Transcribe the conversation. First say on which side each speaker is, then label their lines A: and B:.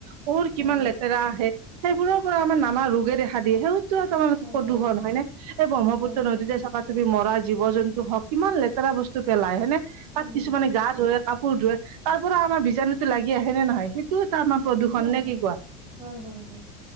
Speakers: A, on the right; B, on the right.
A: কৰ
B: হয়
A: কিমান
B: হয়
A: লেতেৰা আহে সেইবোৰৰ পৰা আমাৰ নামা ৰোগে দেখা দিয়ে সেই তাৰ
B: হয়
A: প্ৰদূষণ
B: হয়
A: হয়নেে এই ব্ৰহ্মপুত্ৰ
B: হয় হয়
A: নদীতে চকাা তুমি মৰা জীৱ জন্তু হক কিমান লেতেৰা বস্তু পেলায় হেনে তাত
B: উম হম
A: কিছুমানে গা ধই কাপোৰ ধোৱ তাৰ পৰা আমাৰ বীজাণুটো লাগি আহেনেে নহয় সেইটো এটা আমাৰ প্ৰদূষণ
B: আহে আহে
A: নে কি কোৱা
B: হয় হয় হয়